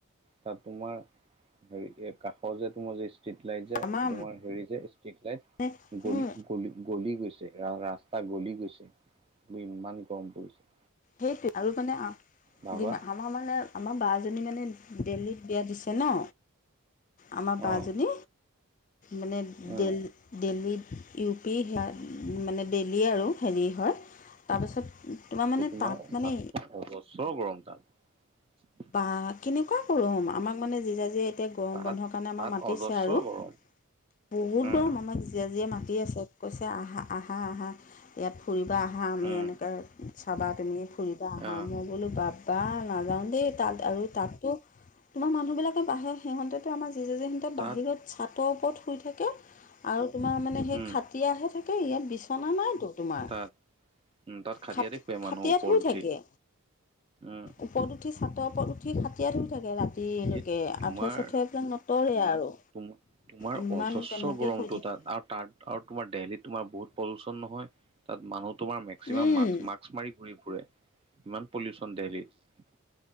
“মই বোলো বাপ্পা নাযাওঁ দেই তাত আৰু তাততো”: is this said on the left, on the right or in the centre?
Left